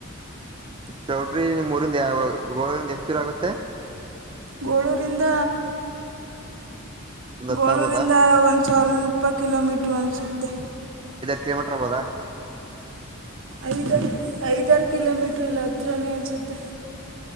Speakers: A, on the right; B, on the right.
A: ಚೌಟ್ರಿ ನಿಮ್ ಊರಿಂದಾವ ಗೋಳಿಂದ ಎಷ್ಟ ದೂರ ಆಗುತ್ತೆ
B: ಗೋಳೂರಿಂದ
A: ಒಂದ್ ಹತ್ತ
B: ಗೋಳೂರಿಂದ
A: ಆಗ್ಬೋದಾ
B: ಒಂದು ಸ್ವಲ್ಪ ಕಿಲೋಮೀಟ್ರು ಅನ್ಸುತ್ತೆ
A: ಕಲೋಮೀಟರ್ಬೋದಾ
B: ಐದ ಐದಾರು ಕಿಲೋಮೀಟರ್ ಇಲ್ಲ ಹತ್ರನೇ ಅನ್ಸುತ್ತೆ